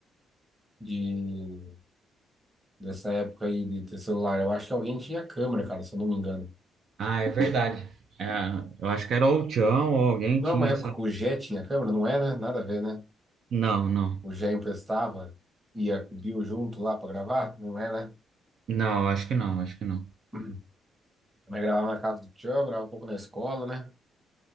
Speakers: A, on the right; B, on the right.
A: de, dessa época aí de ter celular. Eu acho que alguém tinha câmera, cara, se eu não me engano.
B: Ah, é verdade. É, eu acho que era ou o Tião ou alguém
A: Não
B: tinha
A: é uma época
B: essa.
A: que o Jet tinha câmera, não é, né? Nada a ver, né?
B: Não, não.
A: o Jé emprestava, ia com Bill junto lá pra gravar, não é, né?
B: Não, acho que não, acho que não.
A: Uhum. Mas gravava na casa do tio, gravava um pouco na escola, né?